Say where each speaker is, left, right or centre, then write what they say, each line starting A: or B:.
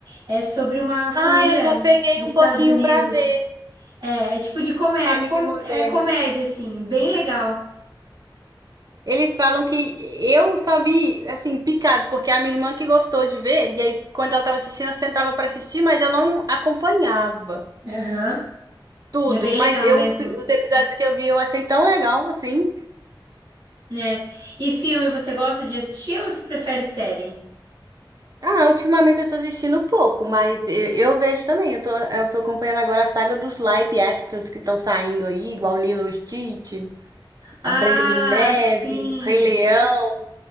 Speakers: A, on the right; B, on the right.
A: É sobre uma família
B: Ah, eu já peguei
A: dos
B: um
A: Estados
B: pouquinho
A: Unidos.
B: pra ver.
A: É, é tipo de comé
B: Família
A: com-
B: moderna.
A: é comédia, assim, bem legal.
B: Eles falam que eu só vi, assim, picado, porque é a minha irmã que gostou de ver, e aí quando ela tava assistindo, eu sentava pra assistir, mas eu não acompanhava
A: Aham.
B: tudo.
A: É bem
B: Mas
A: legal
B: eu,
A: mesmo,
B: os, os episódios que eu vi, eu achei tão legal, assim.
A: né? E filme, você gosta de assistir ou você prefere série?
B: Ah, ultimamente eu tô assistindo pouco, mas eu, eu vejo também. Eu tô, eu tô acompanhando agora a saga dos live actions que estão saindo aí, igual Lilo e Stitch,
A: Ah,
B: a Branca de Neve,
A: sim.
B: Rei Leão.